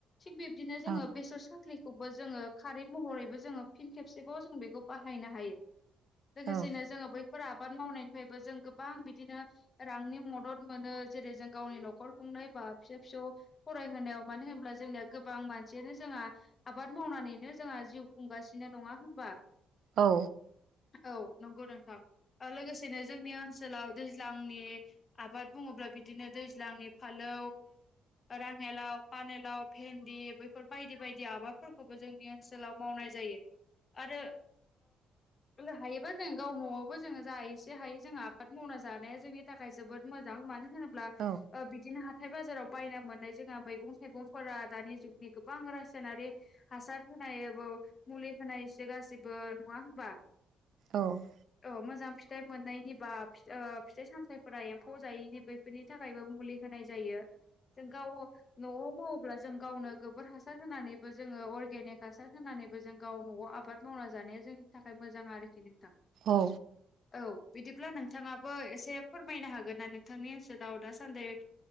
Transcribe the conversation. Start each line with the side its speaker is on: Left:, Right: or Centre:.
Left: थिग बिब्दिनो जोङो
Right: औ
Left: बेसर सा ख्लिखौबो जोङो खारै महरैबो जोङो फिन खेबसेबाव जों बेखौ बाहायनो हायो। लोगोसेनो
Right: औ
Left: जोङो बै फोर आबाद मावनायनिफ्रायबो जों गोबां बिदिनो रांनि मदद मोनो जेरै जों गावनि न'खर खुं नायबा फिसा फिसौ फरायहोनायाव मानो होनोब्ला जोंनिया गोबां मानसियानो जोंहा आबाद मावनानैनो जोंहा जिउ खुंगासिनो नङा होमबा?
Right: औ
Left: औ नंगौ नोंथां लोगोसेनो जोंनि ओनसोलाव दैज्लांनि आबाद बुङोब्ला बिदिनो दैज्लांनि फालो राङा लाव पानेलाव भेनदि बैफोर बायदि बायदि आबाद फोरखौबो जोंनि ओनसोलाव मावनाय जायो आरो हायोबा जों गाव न'आवबो जोङो जा एसे हायो जोङो आबाद मावना जानाया जोंनि थाखाय जोबोद मोजां मानो होनोब्ला
Right: औ
Left: बिदिनो हाथाय हथाइ बाजाराव बायनो मोननाय जोंहा मैगं थाइगंफोरा दानि जुगनि गोबां रासायनारि हासार होनायबो मुलि होनायसो गाससिबो नङा होनबा?
Right: औ
Left: मोजां फिथाइ मोननायनि बा फिथाइ सामथायफोरा एम्फौ जायैनि बैफोरनि थाखायबो मुलि होनाय होनाय जायो जों गावनो नवाव मावोब्ला जों गावनो गोबोर हासार होनानै बोजोङो अरगेनिक हासार होनानैबो जों गाव न'आव आबाद मावना जानाया जोंनि थाखाय मोजां आरोखि नोंथां।
Right: औ
Left: औ बिदिब्ला नोंथाङाबो एसे फोरमायनो हागोन ना नोंथांनि ओनसोलाव दासान्दि